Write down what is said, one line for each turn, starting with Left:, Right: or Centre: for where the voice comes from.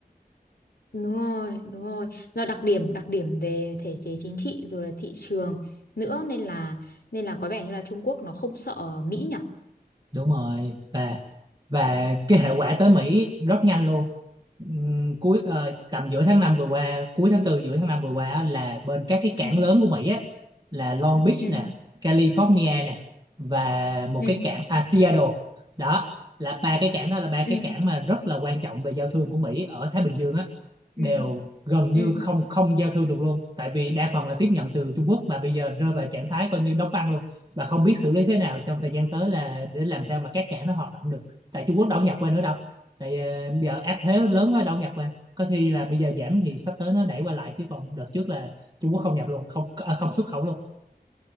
Left: Đúng rồi, đúng rồi. Do đặc điểm đặc điểm về thể chế chính trị rồi là thị trường nữa nên là nên là có vẻ như là Trung Quốc nó không sợ Mỹ nhỉ?
Right: đúng rồi và và cái hệ quả tới Mỹ rất nhanh luôn Ừm, cuối ờ, tầm giữa tháng 5 vừa qua cuối tháng tư giữa tháng 5 vừa qua á, là bên các cái cảng
Left: Ừ.
Right: lớn của Mỹ á, là Long Beach
Left: Ừ.
Right: nè California nè và một
Left: Ừ.
Right: cái cảng à, Seattle đó là ba cái cảng đó là ba
Left: Ừ.
Right: cái cảng mà rất là quan trọng về giao thương của Mỹ ở Thái Bình Dương á đều
Left: Ừ.
Right: gần như
Left: Ừ.
Right: không không giao thương được luôn tại vì đa phần là tiếp nhận từ Trung Quốc mà bây giờ rơi vào trạng thái coi như đóng băng luôn và không biết xử lý thế nào trong thời gian tới là để làm sao mà các cảng nó hoạt động được tại Trung Quốc đâu nhập qua nữa đâu tại ờ, bây giờ áp thế lớn quá đâu nhập qua có khi là bây giờ giảm thì sắp tới nó đẩy qua lại chứ còn đợt trước là Trung Quốc không nhập luôn không à, không xuất khẩu luôn